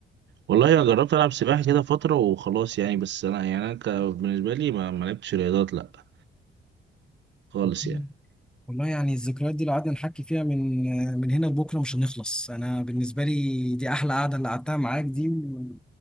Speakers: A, on the right; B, in the centre.
A: والله انا جربت العب سباحه كده فتره وخلاص يعني بس انا يعني انا ك- بالنسبه لي ما ما لعبتش رياضات لا خالص
B: <laughs> مم.
A: يعني
B: والله يعني الذكريات دي لو قعدنا نحكي فيها من آه، من هنا لبكره مش هنخلص انا بالنسبه لي دي احلى قعده اللي قعدتها معاك دي و-